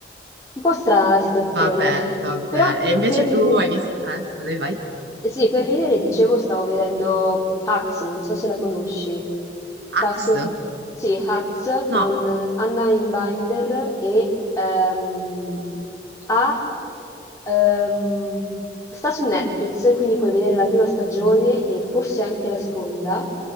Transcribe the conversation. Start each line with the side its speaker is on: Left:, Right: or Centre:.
Left: un po' strana la situazione,
Right: vabbè, vabbè.
Left: però
Right: E invece
Left: per ridere...
Right: tu hai visto... Eh, scusami, vai.
Left: Eh sì, per ridere, dicevo, stavo vedendo Hacks, non so se la conosci.
Right: Axe?
Left: Sta su... Sì, Hacks
Right: No,
Left: con Anna Einbinder e ehm, ha, ehm, sta su Netflix, quindi puoi vedere la prima stagione e forse anche la seconda.